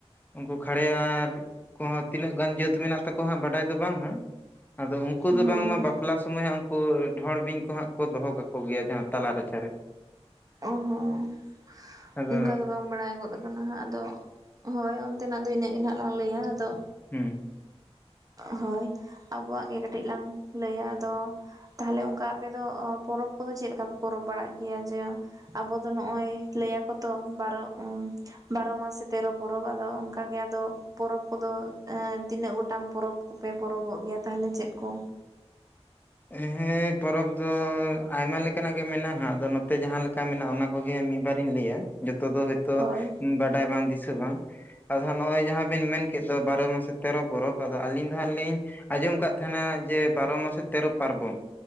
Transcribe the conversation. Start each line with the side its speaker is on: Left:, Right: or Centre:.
Left: ᱩᱱᱠᱩ ᱠᱷᱟᱲᱭᱟᱨ ᱠᱚᱦᱚᱸ ᱛᱤᱱᱟᱹᱜ ᱜᱟᱱ ᱡᱟᱹᱛ ᱢᱮᱱᱟᱜ ᱛᱟᱠᱚᱣᱟ ᱦᱟᱸᱜ ᱵᱟᱰᱟᱭ ᱫᱚ ᱵᱟᱝ ᱦᱟᱸᱜ ᱟᱫᱚ ᱩᱱᱠᱩ ᱫᱚ
Right: ᱦᱳᱭ
Left: ᱯᱞᱟ ᱥᱚᱢᱚᱭ ᱦᱟᱸᱜ ᱩᱱᱠᱩ ᱰᱷᱚᱸᱲ ᱵᱤᱧ ᱠᱚ ᱦᱟᱸᱜ ᱠᱚ ᱫᱚᱦᱚ ᱠᱟᱠᱚ ᱜᱮᱭᱟ ᱡᱟᱦᱟᱸ ᱛᱟᱞᱟ ᱨᱟᱪᱟᱨᱮ᱾
Right: ᱚ ᱦᱚᱸ᱾
Left: ᱟᱫᱚ
Right: ᱚᱱᱠᱟ ᱫᱚ ᱵᱟᱝ ᱵᱟᱲᱟᱭ ᱜᱚᱫ ᱟᱠᱟᱱᱟ ᱦᱟᱸᱜ ᱟᱫᱚ, ᱦᱳᱭ ᱚᱱᱛᱮᱱᱟᱜ ᱫᱚ ᱤᱱᱟᱹᱜ ᱜᱮ ᱱᱟᱦᱟᱜ ᱞᱟᱝ ᱞᱟᱹᱭᱟ ᱟᱫᱚ
Left: ᱦᱩ᱾ᱸ
Right: ᱦᱳᱭ ᱟᱵᱚᱣᱟᱜ ᱜᱮ ᱠᱟᱹᱴᱤᱡ ᱞᱟᱝ ᱞᱟᱹᱭᱟ ᱟᱫᱚ ᱛᱟᱦᱚᱞᱮ ᱚᱱᱠᱟ ᱟᱯᱮ ᱫᱚ ᱯᱚᱨᱚᱵᱽ ᱠᱚᱫᱚ ᱪᱮᱫ ᱞᱮᱠᱟ ᱯᱮ ᱯᱚᱨᱚᱵᱽ ᱵᱟᱲᱟᱜ ᱜᱮᱭᱟ ᱡᱮ ᱟᱵᱚ ᱫᱚ ᱱᱚᱜᱼᱚᱭ ᱞᱟᱹᱭ ᱟᱠᱚ ᱛᱚ ᱵᱟᱨᱚ ᱮᱸ ᱵᱟᱨᱚ ᱢᱟᱥᱮ ᱛᱮᱨᱚ ᱯᱚᱨᱚᱵᱽ ᱟᱫᱚ ᱚᱱᱠᱟ ᱜᱮ ᱟᱫᱚ ᱯᱚᱨᱚᱵᱽ ᱠᱚᱫᱚ ᱮᱸ ᱛᱤᱱᱟᱹᱜ ᱜᱚᱴᱟᱝ ᱯᱚᱨᱚᱵᱽ ᱠᱚᱯᱮ ᱯᱚᱨᱚᱵᱚᱜ ᱜᱮᱭᱟ ᱛᱟᱦᱞᱮ ᱪᱮᱫ ᱠᱚ?
Left: ᱮ ᱦᱮᱸ ᱯᱚᱨᱚᱵᱽ ᱫᱚ ᱟᱭᱢᱟ ᱞᱮᱠᱟᱱᱟᱜ ᱜᱮ ᱢᱮᱱᱟᱜᱼᱟ ᱟᱫᱚ ᱱᱚᱛᱮ ᱡᱟᱦᱟᱸ ᱞᱮᱠᱟ ᱢᱮᱱᱟᱜᱼᱟ ᱚᱱᱟ ᱠᱚᱜᱮ ᱢᱤᱫ ᱵᱟᱨᱤᱧ ᱞᱟᱹᱭᱟ ᱡᱚᱛᱚ ᱫᱚ ᱦᱳᱭᱛᱚ
Right: ᱦᱳᱭ
Left: ᱵᱟᱰᱟᱭ ᱵᱟᱝ ᱫᱤᱥᱟᱹ ᱵᱟᱝ ᱟᱫᱚ ᱦᱟᱸᱜ ᱱᱚᱜᱼᱚᱭ ᱡᱟᱦᱟᱸ ᱠᱚ ᱵᱮᱱ ᱢᱮᱱ ᱠᱮᱫ ᱫᱚ ᱵᱟᱨᱚ ᱢᱟᱥᱮ ᱛᱮᱨᱚ ᱯᱚᱨᱚᱵᱽ ᱟᱫᱚ ᱟᱹᱞᱤᱧ ᱫᱚ ᱦᱟᱸᱜ ᱞᱤᱧ ᱟᱸᱡᱚᱢ ᱟᱠᱟᱫ ᱛᱟᱦᱮᱱᱟ ᱡᱮ ᱵᱟᱨᱚ ᱢᱟᱥᱮ ᱛᱮᱨᱚ ᱯᱟᱨᱵᱚᱱ